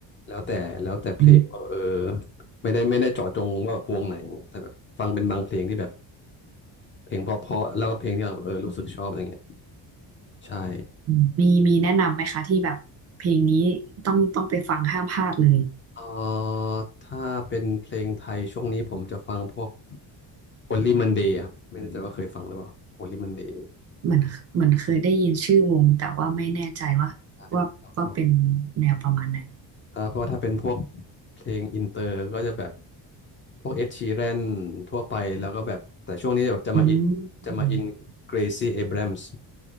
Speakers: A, on the left; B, on the right.
A: แล้วแต่แล้วแต่เพลงว่าแบบเออ
B: อืม
A: ไม่ได้ไม่ได้เจาะจงว่าแบบวงไหนแต่แบบฟังเป็นบางเพลงที่แบบเพลงเพราะๆแล้วก็เพลงที่เราแบบเออรู้สึกชอบอะไรเงี้ยใช่
B: อืมมีมีแนะนำไหมคะที่แบบเพลงนี้ต้องต้องไปฟังห้ามพลาดเลย
A: เออถ้าเป็นเพลงไทยช่วงนี้ผมจะฟังพวก Only Monday ครับไม่แน่ใจว่าเคยฟังหรือเปล่า Only Monday
B: เหมือนเหมือนเคยได้ยินชื่อวงแต่ว่าไม่แน่ใจว่าว่าว่าเป็น
A: ใช่แล้วก็
B: แนวประมาณไหน
A: แล้วก็ถ้าเป็นพวกเพลงอินเตอร์ก็จะแบบพวกเอ็ดชีแรนทั่วไปแล้วก็แบบแต่ช่วงนี้แบบจะมาอินจะมาอินเกรซี่เอ
B: อืม
A: r บรมส์